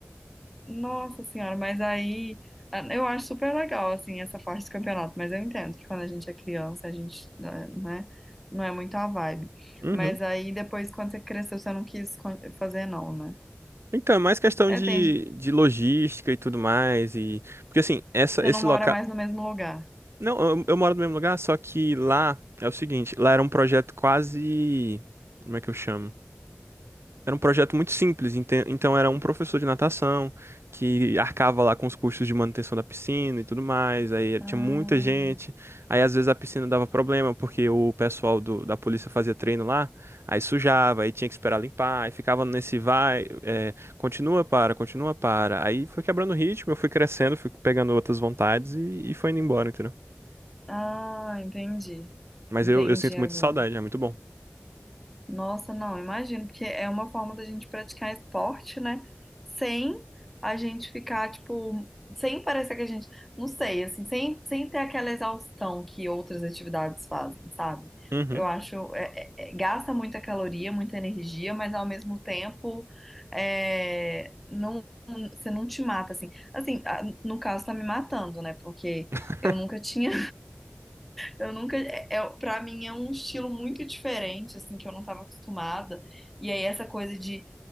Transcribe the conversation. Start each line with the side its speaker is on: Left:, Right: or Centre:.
Centre: Nossa senhora, mas aí. ah, Eu acho super legal, assim, essa parte do campeonato, mas eu entendo que quando a gente é criança, a gente, né, né, não é muito a vibe.
Right: Uhum.
Centre: Mas aí depois, quando você cresceu, você não quis con- fazer, não, né?
Right: Então, é mais questão
Centre: É,
Right: de,
Centre: tem,
Right: de logística e tudo mais. E... Porque assim, essa,
Centre: você
Right: esse
Centre: não mora
Right: local.
Centre: mais no mesmo lugar.
Right: Não, eu, eu moro no mesmo lugar, só que lá é o seguinte, lá era um projeto quase. Como é que eu chamo? Era um projeto muito simples, ente- então era um professor de natação que arcava lá com os custos de manutenção da piscina e tudo mais. Aí ele
Centre: Ah,
Right: tinha muita gente. Aí às vezes a piscina dava problema porque o pessoal do- da polícia fazia treino lá, aí sujava, aí tinha que esperar limpar, aí ficava nesse vai, é, continua para, continua para. Aí foi quebrando o ritmo, eu fui crescendo, fui pegando outras vontades e, e foi indo embora, entendeu?
Centre: ah, entendi.
Right: Mas
Centre: Entendi
Right: eu, eu sinto
Centre: agora.
Right: muita saudade, é muito bom.
Centre: Nossa, não, imagino, porque é uma forma da gente praticar esporte, né? Sem a gente ficar, tipo, sem parecer que a gente, não sei, assim, sem, sem ter aquela exaustão que outras atividades fazem, sabe?
Right: Uhum.
Centre: Eu acho, é- é- é- gasta muita caloria, muita energia, mas ao mesmo tempo, é, não, você não te mata, assim. Assim, a- no caso, tá me matando, né? Porque
Right: <laughs>
Centre: eu nunca tinha Eu nunca, é, é, para mim é um estilo muito diferente, assim, que eu não estava acostumada. E aí essa coisa de